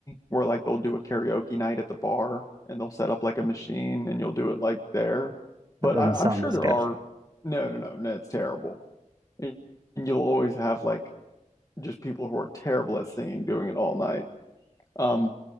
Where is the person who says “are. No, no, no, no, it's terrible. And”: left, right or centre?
Left